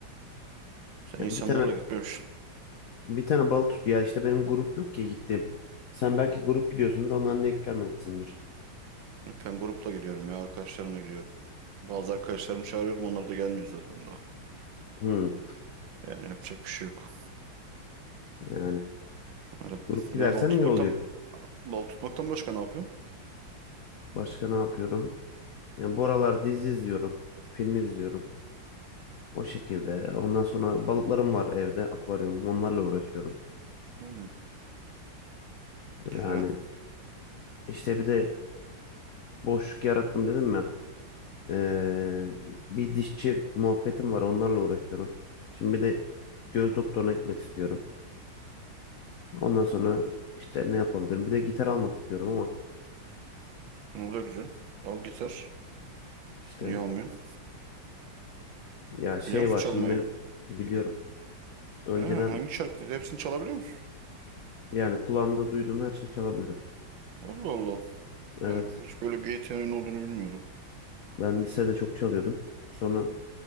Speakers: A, on the right (about 70°); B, on the left (about 75°).
A: Sen
B: Yani
A: insanlarla
B: bir tane
A: gitmemişsin.
B: bir tane balık tut ya işte benim grup yok ki gittim. Sen belki grup gidiyorsundur ondan denk gelmemişsindir.
A: Ben grupla gidiyorum ya arkadaşlarımla gidiyorum. Bazı arkadaşlarımı çağırıyorum onlar da gelmiyor zaten da.
B: Hı,
A: Yani yapacak bir şey yok.
B: yani
A: Öyle,
B: grup gidersen
A: öyle balık tutmaktan
B: iyi oluyor.
A: balık tutmaktan başka ne yapıyorsun?
B: Başka ne yapıyorum? Yani bu aralar dizi izliyorum. Film izliyorum. O şekilde. Ondan sonra balıklarım var evde, akvaryumum. Onlarla uğraşıyorum.
A: Hmm, güzel.
B: Yani işte bir de boşluk yarattım dedim ya. Ee, bir dişçi muhabbetim var. Onlarla uğraşıyorum. Şimdi bir de göz doktoruna gitmek istiyorum. Ondan sonra işte ne yapabilirim? Bir de gitar almak istiyorum ama
A: O da güzel. Al gitar.
B: işte
A: Niye almıyorsun?
B: ya şey
A: Biliyor musun
B: var
A: çalmayı?
B: şimdi benim biliyorum. Önceden
A: Ha, hangi şarkı? Hepsini çalabiliyor musun?
B: yani kulağımda duyduğum her şeyi çalabilirim.
A: Allah Allah.
B: Evet.
A: Ben hiç böyle bir yeteneğin olduğunu bilmiyordum.
B: Ben lisede çok çalıyordum. Sonra